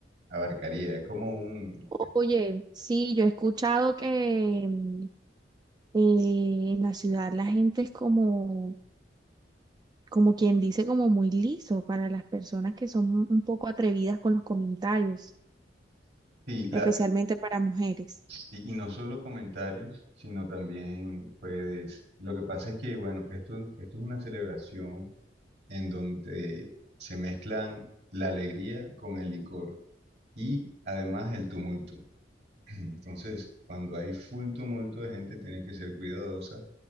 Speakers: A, on the right; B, on the right.
A: abarcaría. Es como un...
B: Oye, sí, yo he escuchado que mm, eh, en la ciudad la gente es como, como quien dice, como muy liso para las personas que son un poco atrevidas con los comentarios,
A: Sí, la,
B: especialmente para mujeres.
A: y, y no solo comentarios, sino también, pues, lo que pasa es que, bueno, esto, esto es una celebración en donde se mezclan la alegría con el licor y además el tumulto. <clears throat> Entonces, cuando hay full tumulto de gente, tienes que ser cuidadosa